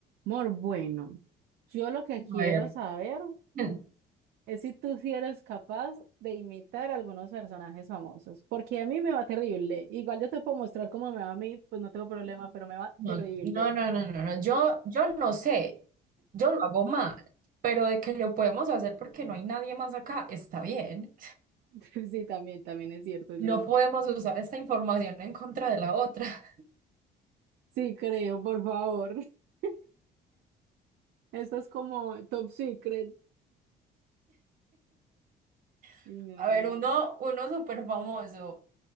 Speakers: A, on the right (about 70°); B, on the right (about 55°).
A: Mor, bueno, yo lo que quiero
B: A ver,
A: saber
B: <laughs>
A: es si tú sí eres capaz de imitar a algunos personajes famosos, porque a mí me va terrible. Igual yo te puedo mostrar cómo me va a mí, pues no tengo problema, pero me va
B: no,
A: terrible.
B: no, no, no, no, no, Yo,
A: Sí,
B: yo no sé, yo lo hago mal, pero de que lo podemos hacer porque no hay nadie más acá, está bien.
A: <laughs> sí, también, también es cierto, es
B: No
A: cierto.
B: podemos usar esta información en contra de la otra.
A: Sí, creo, por favor. <laughs> Esto es como top secret. Y
B: <laughs>
A: no,
B: A
A: no,
B: ver,
A: no.
B: uno, uno súper famoso,